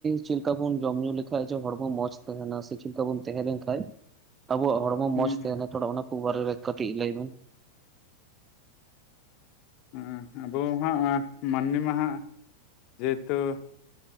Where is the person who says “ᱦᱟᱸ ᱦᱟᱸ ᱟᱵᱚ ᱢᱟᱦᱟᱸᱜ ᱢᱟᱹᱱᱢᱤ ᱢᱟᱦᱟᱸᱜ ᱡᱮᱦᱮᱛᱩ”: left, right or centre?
Left